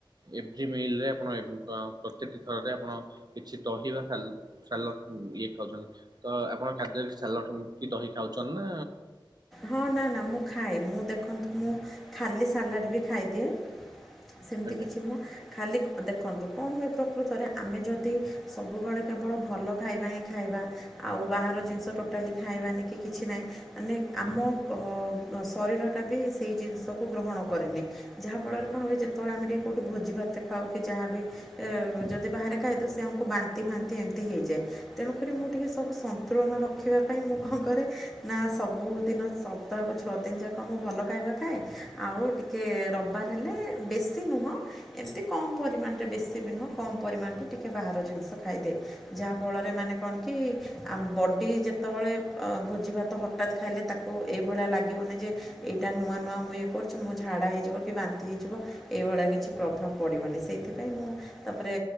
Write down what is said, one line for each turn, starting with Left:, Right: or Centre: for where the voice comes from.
Right: ଏଫ ଜି ମିଲ ରେ ଆପଣ ପ୍ରତିଟି ଥରରେ ଆପଣ କିଛି ଦହି ବା ସାଲତ ସାଲାଡ଼ ଇଏ ଖାଉଛନ୍ତି। ତ ଆପଣ ତମେ ଖାଦ୍ୟରେ କିଛି ସାଲଟ କି ଦହି ଖାଉଛନ୍ ନା
Centre: ହଁ ନା ନା ମୁଁ ଖାଏ। ମୁଁ ଦେଖନ୍ତୁ ମୁଁ ଖାଲି ସାଲାଡ ବି ଖାଇଦିଏ ସେମତି
Right: ଆଜ୍ଞା
Centre: କିଛି ନୁହଁ ଖାଲି ଦେଖନ୍ତୁ, କଣ ହୁଏ ପ୍ରକୃତରେ ଆମେ ଯଦି ସବୁବେଳେ କେବଳ ଭଲ ଖାଇବା ହିଁ ଖାଇ ବା, ଆଉ ବାହାର ଜିନଷ ଟୋଟାଲି ଖାଇବାନି କି କିଛି ନାହିଁ ମାନେ ଆମ ଶରୀରଟା ବି ସେଇ ଜିନିଷକୁ ଗ୍ରହଣ କରିନିଏ। ଯାହାଫଳରେ କଣ ହୁଏ ଯେ ଯେତେବେଳେ ଆମେ ଟିକେ କୋଉଠି ଭୋଜି ଭାତ ଖାଉ କି ଯାହା ବି ଯଦି ବାହାରେ ଖାଇଦଉ ସେ ଆମକୁ ବାନ୍ତି ଫାନ୍ତି ଏମତି ହେଇଯାଏ। ତେଣୁକରି ମୁଁ ଟିକିଏ ସବୁ ସନ୍ତୁଳନ ରଖିବା ପାଇଁ ମୁଁ କଣ କରେ, ନା ସବୁ ସବୁଦିନ ସପ୍ତାହକୁ ଛଅ ଦିନ ଯାକ ମୁଁ ଭଲ ଖାଇବା ଖାଏ, ଆଉ ଟିକେ ରବିବାର ହେଲେ ବେଶୀ ନୁହଁ, ଏମତି କମ୍ ପରିମାଣରେ ବେଶୀ ବି ନୁହଁ କମ୍ ପରିମାଣରେ ଟିକିଏ ବାହାର ଜିନିଷ ଖାଇଦିଏ। ଯାହା ଫଳରେ ମାନେ କଣ କି ଆ ବଡି ଯେତେବେଳେ ଭୋଜି ଭାତ ହ ହଠାତ୍ ଖାଇଲେ ତାକୁ ଏଇଭଳିଆ ଲାଗିବନି ଯେ, ଏଇଟା ନୂଆ ନୂଆ ମୁଁ ଇଏ କରୁଛି ମୋ ଝାଡ଼ା ହେଇଯିବ କି ବାନ୍ତି ହେଇ ଯିବ, ଏଇଭଳିଆ କିଛି ପ୍ରଭାବ ପଡ଼ିବନି। ସେଇଥିପାଇଁ ମୁଁ ତାପରେ